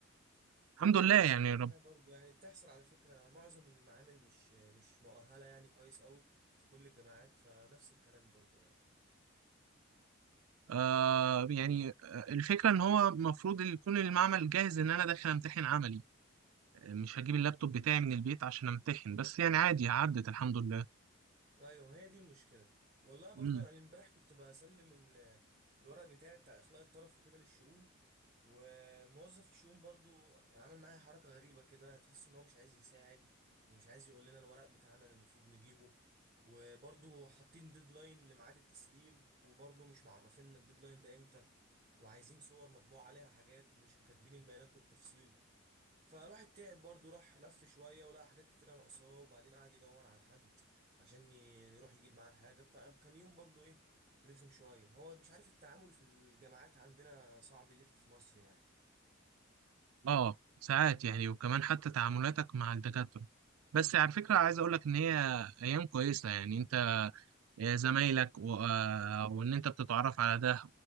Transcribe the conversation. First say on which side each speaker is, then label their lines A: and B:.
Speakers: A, on the right (about 85°); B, on the right (about 35°).
A: الحمد لله
B: حصلت
A: يعني يا رب
B: معايا برضه يعني بتحصل على فكرة معظم المعامل مش مش مؤهلة يعني كويس قوي في كل الجامعات فنفس الكلام برضه يعني
A: آه يعني آه، الفكرة إن هو المفروض يكون المعمل جاهز إن أنا داخل أمتحن عملي آه، مش هجيب اللابتوب بتاعي من البيت عشان أمتحن بس يعني عادي عدت الحمد لله
B: ايوه ما هي دي المشكله والله برضه
A: مم.
B: انا امبارح كنت بسلم ال- الورق بتاعي بتاع اخلاء الطرف وكده للشؤون وموظف الشؤون برضه عمل معايا حركه غريبه كده تحس ان هو مش عايز يساعد ومش عايز يقول لنا الورق بتاعنا اللي المفروض نجيبه وبرضه حاطين ديدلاين لميعاد التسليم وبرضه مش معرفين الديدلاين ده امتى وعايزين صور مطبوع عليها حاجات مش مكاتبين البيانات بالتفصيل فالواحد تعب برضه راح لف شوية ولقى حاجات كتيرة ناقصاه وبعدين قعد يدور على حد عشان ي- يروح يجيب معاه الحاجة فكان يوم برضه ايه رخم شوية هو مش عارف التعامل في الجامعات عندنا صعب ليه في مصر يعني
A: اه ساعات يعني وكمان حتى تعاملاتك مع الدكاترة بس على فكرة عايز اقول لك ان هي ايام كويسة يعني انت زمايلك و... آه، وان انت بتتعرف على ده